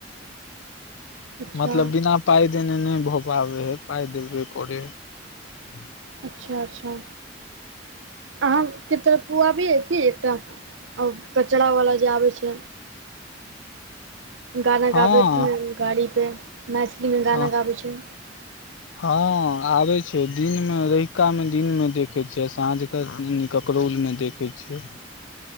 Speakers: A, on the right; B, on the left.
A: अच्छा
B: मतलब बिना पाइ देने नइ भऽ पाबै है पाइ देबहे परै है
A: अच्छा अच्छा अहां के तरफ पुआबी अए की एकटा कचड़ा वाला जे आबै छै गाना गाबैत
B: हँ
A: गाड़ीपर मैथिलीमे गाना
B: हँ
A: गाबै छै
B: हँ आबे छै दिन मे रहिका में दिन मे देखै छिय साँझ के ककरौल मे देख के छियै